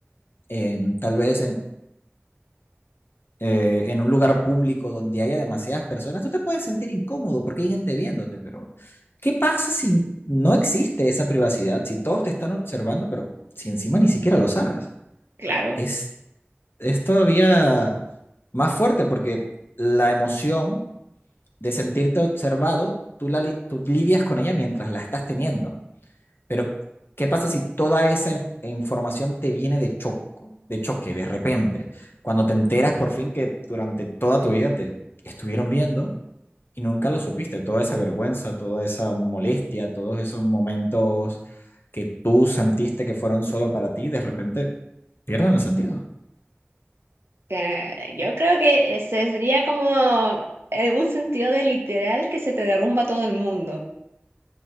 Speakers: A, on the left (about 60°); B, on the right (about 75°).
A: en- tal vez eh, en un lugar público donde haya demasiadas personas, tú te puedes sentir incómodo porque hay gente viéndote, pero ¿qué pasa si no existe esa privacidad? Si todos te están observando, pero si encima ni siquiera lo sabes.
B: Claro,
A: Es, es todavía más fuerte porque la emoción de sentirte observado, tú, la, li- tú lidias con ella mientras la estás teniendo. Pero, ¿qué pasa si toda esa inf- información te viene de choco, de choque, de repente? Cuando te enteras por fin que durante toda tu vida te estuvieron viendo y nunca lo supiste, toda esa vergüenza, toda esa molestia, todos esos momentos que tú sentiste que fueron solo para ti, de repente pierden el sentido.
B: eh, yo creo que ese sería como en un sentido de literal que se te derrumba todo el mundo.